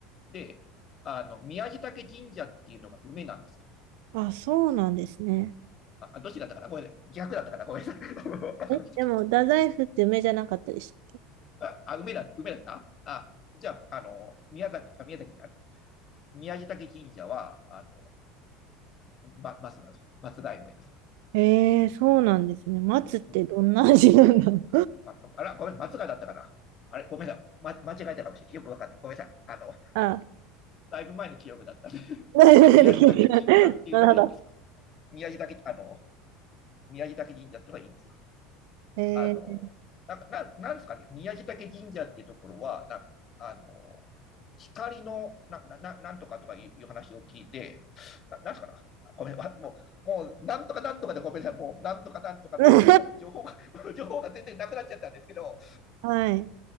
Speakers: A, on the left; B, on the right.
A: で、あの、宮地嶽神社っていうのが梅なんですよ。
B: あ、そうなんですね。
A: あ、どっちだったかなこれ逆だったかなごめんなさい。<laughs>
B: え、でも、太宰府って梅じゃなかったでしたっ
A: あ、あ梅だ、梅だったあ、じゃあ、あの、宮崎、あ、宮崎、あの、宮地嶽神社は、あの、ま、松なんですよ。松代梅ですよ。
B: けえー、そうなんですね。松ってどんな味なんだろう。
A: うんああら、ごめん、松川だったかな。あれ、ごめんな、ま、間違えたかもしれない。よくわかんない。ごめんなさい。あの、
B: <laughs> あ、
A: だいぶ前の記憶だったんで。
B: <laughs> なるほど。
A: で、宮城岳神社っていうのがいいんですよ。宮地岳、あの、宮地岳神社っていうのがいいんですよ。
B: <laughs> えー、
A: あの、なんか、なんなんですかね、宮城岳神社っていうところは、なんか、あの、光の、な、な、ななんとかとかいう話を聞いて、な、なんすかな。ごめん、わもう、もう、なんとかなんとかでごめんなさい。もう、なんとかなんとかなんとかって情報が、
B: <laughs>
A: <laughs> 情報が全然なくなっちゃったんですけど、
B: はい。